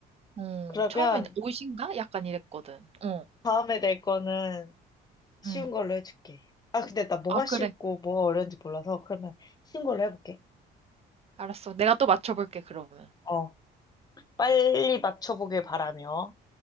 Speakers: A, on the right; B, on the left.
A: 어,
B: 그러면
A: 처음엔 옷인가? 약간 이랬거든. 어,
B: 다음에 낼 거는 쉬운
A: 응.
B: 걸로 해줄게. 아, 근데 나 뭐가
A: 아,
B: 쉬웠고
A: 그래.
B: 뭐가 어려운지 몰라서 그러면 쉬운 걸로 해볼게.
A: 알았어. 내가 또 맞춰볼게, 그러면.
B: 어, 빨리 맞춰보길 바라며.